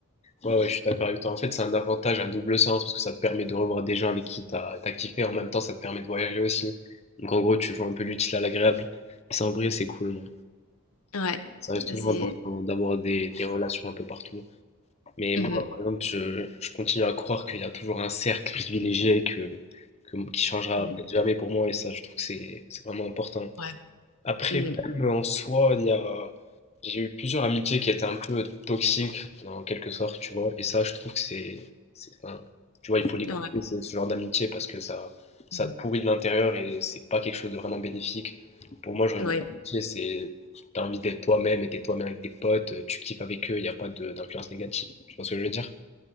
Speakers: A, on the left (about 30°); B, on the left (about 80°).
A: Ouais, ouais, je suis d'accord avec toi. En fait, c'est un avantage à double sens parce que ça te permet de revoir des gens avec qui t'as t'as kiffé. En même temps, ça te permet de voyager aussi. Donc, en gros, tu vois un peu l'utile à l'agréable. Et ça, en vrai, c'est cool. hein.
B: Ouais,
A: Ça reste
B: ça
A: toujours
B: c'est...
A: important d'avoir des, des relations un peu partout. Mais
B: Mhm,
A: moi, par exemple, je, je continue à croire qu'il y a toujours un cercle privilégié que, que, qui changera
B: mhm.
A: peut-être jamais pour moi. Et ça, je trouve que c'est c'est vraiment important.
B: Ouais,
A: Après,
B: mhm,
A: même en soi, il y a... j'ai eu plusieurs amitiés qui étaient un peu toxiques, en quelque sorte, tu vois. Et ça, je trouve que c'est... c'est- enfin, tu vois, il faut les couper,
B: ouais,
A: c'est ce genre d'amitié, parce que ça, ça
B: mhm.
A: te pourrit de l'intérieur et c'est pas quelque chose de vraiment bénéfique. Pour moi, genre, une
B: Ouais.
A: vraie amitié, c'est... T'as envie d'être toi-même et t'es toi-même avec des potes, tu kiffes avec eux, il n'y a pas de- d'influence négative. Tu vois ce que je veux dire?